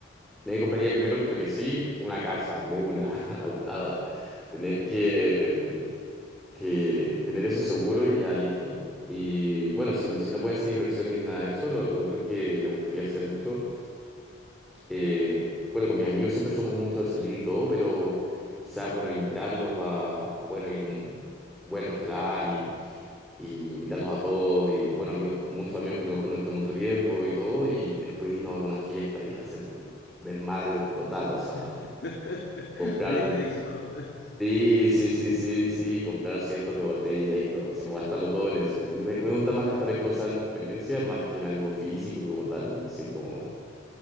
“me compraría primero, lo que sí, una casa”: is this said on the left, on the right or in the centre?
Centre